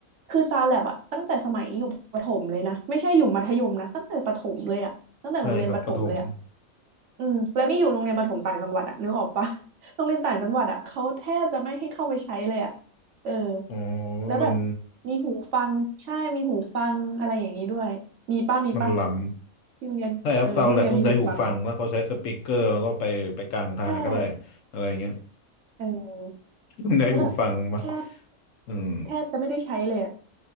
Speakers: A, on the right; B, on the left.
A: คือซาวแลบอะตั้งแต่สมัยอยู่ประถมเลยนะไม่ใช่อยู่มัธยมนะตั้งแต่ประถมเลยอะตั้งแต่โรงเรียนประถมเลยอะ
B: ใช่ครับปฐม
A: อืมแล้วนี่อยู่โรงเรียนประถมต่างจังหวัดอะนึกออกปะ <laughs> โรงเรียนต่างจังหวัดอะเขาแทบจะไม่ให้เข้าไปใช้เลยอะเออ
B: อ๋อ
A: แล้วแบบ
B: มัน
A: มีหูฟังใช่มีหูฟังอะไรอย่างนี้ด้วยมีป้ามีปะ
B: มันหล
A: ที่โรงเรียนเออที่โรงเรียนมีหูฟังปะ
B: ำใช่ครับซาวแล็บต้องใช้หูฟังแล้วเขาใช้สปีกเกอร์แล้วก็ไปไปกลางทางก็ได้
A: ใช่
B: อะไรเงี้ย
A: เออ
B: ต้องใช้หูฟังปะ
A: แล้วแบบแทบ
B: อืม
A: แทบจะไม่ได้ใช้เลยอะ